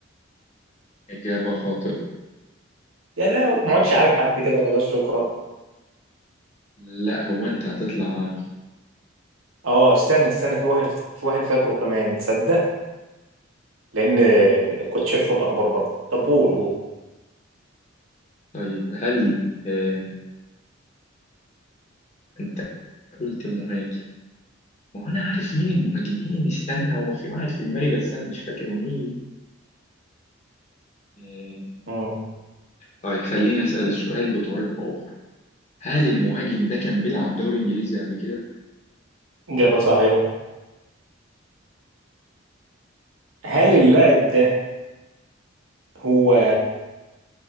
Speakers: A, on the left; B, on the right.
A: إجابة خاطئة
B: يا لا ما عدتش عارف حد كده خلاص شكرا
A: لا هو أنت هتطلع عارف
B: اه استنى استنى في واحد افتك- في واحد فاكره كمان تصدق لان كنت شايف في الاخبار برضه طب قول قول
A: طيب هل آه، أنت قلت مهاجم ما هو أنا عارف مين المهاجمين استنى هو في واحد في دماغي بس أنا مش فاكر مين آه،
B: مم.
A: طيب خليني أسأل السؤال بطريقة أخرى هل المهاجم ده كان بيلعب دوري إنجليزي قبل كده؟
B: اجابه صحيحه هل اللاعب ده هو